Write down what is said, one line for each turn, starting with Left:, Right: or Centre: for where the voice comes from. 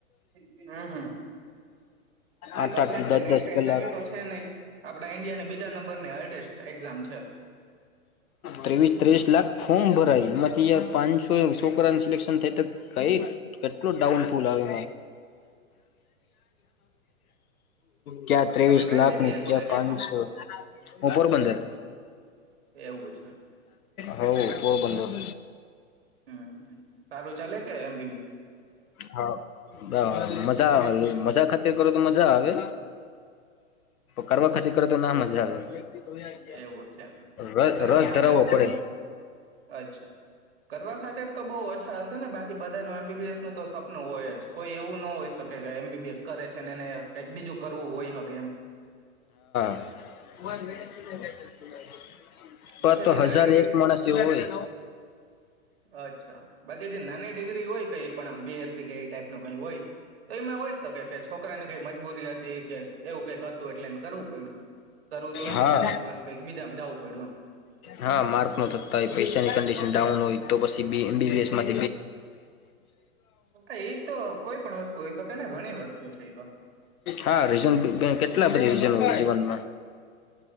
Right: હમ હમ એ
Left: આઠ
Right: તો
Left: આ
Right: છે જ ને નેટ
Left: દસ દસ
Right: કઈ
Left: કલાક
Right: સહેલી તો છે નહી આપડા ઈન્ડિયા ની બીજા નંબર ની હાર્ડેસ્ટ એક્ઝામ છે.
Left: ત્રેવીસ તવીસ લાખ ફ <unintelligible> હમ બરા તયાર પાંચસો છોકરાની સિલેક્શન થાય તો કઈ કેટલું ડાઉન ફૂલ આવે ક્યાં ત્રેવીસ
Right: તમે કઈ
Left: લાખ
Right: જગ્યાએ
Left: ની
Right: કોલેજે
Left: ક્યાં પાંચસો
Right: છો
Left: હું પોરબંદર
Right: એવું છે
Left: હવ પોરબંદર
Right: હમ સારું ચાલે કે એમ
Left: હા બરાબ મજા મજા ખતે મજા આવે કરવા ખાતી કરો તો ના મજા આવે
Right: એવું છે એમ કરવા
Left: રસ
Right: ખાતર
Left: ધરાવવો
Right: તો
Left: પડે
Right: અચ્છા કરવા ખાતર તો બઉ ઓછા હશે ને બાકી બધા બધાનું એમબીબીએસ નું તો સપનું હોય જ કોઈ એવું ન હોય શકે કે એમબીબીએસ કરે છે એને કઈક બીજું કરવું હોય હગ એમ
Left: <inaudible> પણ
Right: બાકી
Left: તો
Right: જે નાની
Left: હજાર એક માણસ એવો હોય
Right: અચ્છા બાકી જે નાની કમ બીએસ ટાઈ ન કઈ હોય તો એમાં હોય શકે કે છોકરાની કઈ મજબૂરી હતી કે એવું કઈક હતું એટલે કરવું પડ્યું કરવું એમ
Left: હા
Right: બીબીસ ક બીજા જું પડ્યુંમ
Left: હા માર્ક ન થતા હોય પૈસાની કન્ડિશન ડાઉન હોય તો પછી એમબીબીએસ માં
Right: એમ એ તો કોઈ પણ વસ્તુ હોઈ શકે ને ઘણી વસ્તુ છે એ તો
Left: હા રિઝર્વ બેંક કેટલા બજન જીવનમાં